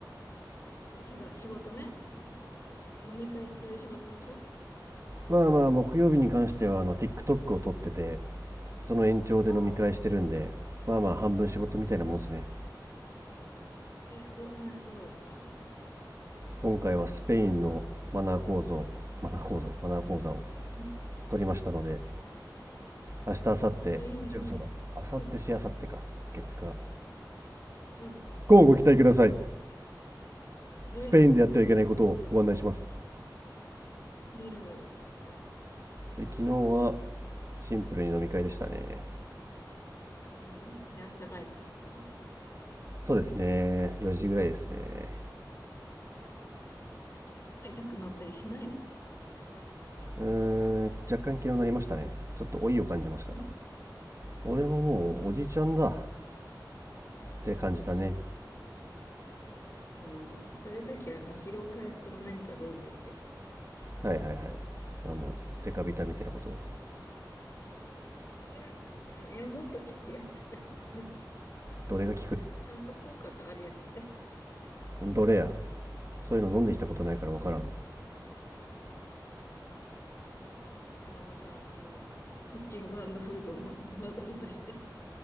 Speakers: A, on the left; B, on the right.
A: し、しが、仕事ね。うんたそう。飲み会っていう仕事でしょ
B: まあまあ木曜日に関してはあの TikTok を撮っててその延長で飲み会してるんでまあまあ半分仕事みたいなもんですね
A: ああ、あうおううん。え、ど、な、どうだった
B: 今回はスペインのマナー講座マナー講座マナー講座を
A: うまくできたうん。<laughs>
B: 取りましたので
A: そう
B: 明日明後日あ違うそうだ明後日し明後日か月火。
A: あ、いいね、いいね。うん、うん。
B: こうご期待ください
A: え、
B: スペインでやってはいけないことをご案内します
A: 見る。
B: で昨日はシンプルに飲み会でしたね
A: うん。で、朝帰ってきたの
B: そうですね4時ぐらいですね
A: でも痛くなったりしないの
B: うーん、若干気になりましたね。ちょっと老いを感じました。
A: うん。
B: 俺ももうおじいちゃんだって感じたね。
A: うん。そういう時は、あの、疲労回復の何か飲むといいよ。
B: はいはいはい。あの、デカビタみたいなこと
A: いや、うんいや、もっと効くやつ。<laughs>
B: どれが効くね
A: ちゃんと効果があるやつ。
B: どれやそういうの飲んできたことないからわからん。
A: <laughs> いや、それはまた、あの、クッキングフードの話題として。